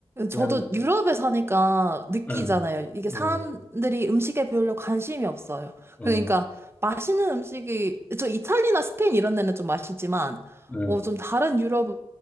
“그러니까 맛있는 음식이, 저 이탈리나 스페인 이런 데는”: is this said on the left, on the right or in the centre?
Right